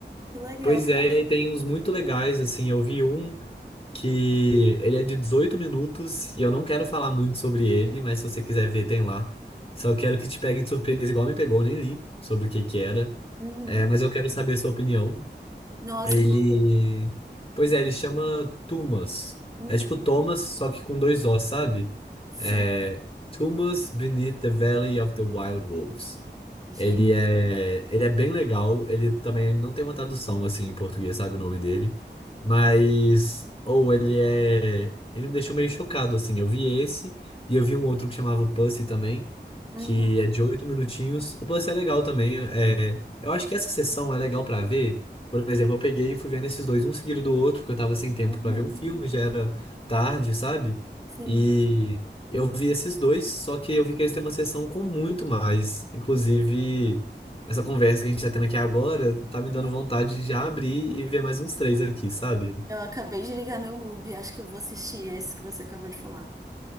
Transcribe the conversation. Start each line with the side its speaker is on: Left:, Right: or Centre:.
Right: Que legal.
Left: Pois é, e tem uns muito legais, assim, eu vi um que ele é de 18 minutos e eu não quero falar muito sobre ele, mas se você quiser ver, tem lá. Só quero que te pegue de surpresa, igual me pegou, eu nem li sobre o que que era.
Right: Uhum.
Left: É, mas eu quero saber a sua opinião.
Right: Nossa,
Left: Ele.
Right: eu vou ver.
Left: Pois é, ele chama Tumas.
Right: Uhum.
Left: É tipo Thomas, só que com dois O, sabe?
Right: Sim,
Left: É. Tumas Beneath the Valley of the Wild Wolves.
Right: gente.
Left: Ele é, ele é bem legal. Ele também não tem uma tradução assim em português, sabe o nome dele? Mas ou ele é, ele me deixou meio chocado assim. Eu vi esse e eu vi um outro que chamava Pussy também,
Right: Uhum,
Left: que é de oito minutinhos. O Pussy é legal também. É, eu acho que essa sessão é legal pra ver. Por exemplo, eu peguei e fui vendo esses dois um seguido do outro, porque eu tava sem tempo
Right: uhum,
Left: pra ver um filme, já era tarde, sabe?
Right: sim.
Left: e eu vi esses dois, só que eu vi que eles têm uma sessão com muito mais. Inclusive, essa conversa que a gente tá tendo aqui agora tá me dando
Right: Hum,
Left: vontade de já abrir e ver mais uns três aqui, sabe?
Right: Eu acabei de ligar meu Mubi, acho que eu vou assistir esse que você acabou de falar.